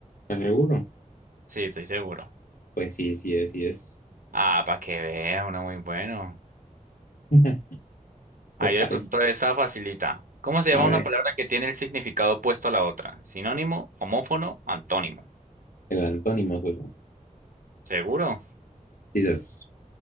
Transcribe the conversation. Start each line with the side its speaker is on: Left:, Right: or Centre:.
Left: ¿Estás seguro?
Right: Sí, estoy seguro.
Left: Pues sí, sí es, sí es.
Right: Ah, para que vea, uno muy bueno.
Left: <laughs>
Right: Ah,
Left: Pues
Right: yo
Left: parece.
Right: le pregunto esta facilita. ¿Cómo se llama
Left: A ver,
Right: una palabra que tiene el significado opuesto a la otra? ¿Sinónimo, homófono, antónimo?
Left: el antónimo, socio.
Right: ¿Seguro?
Left: Quizás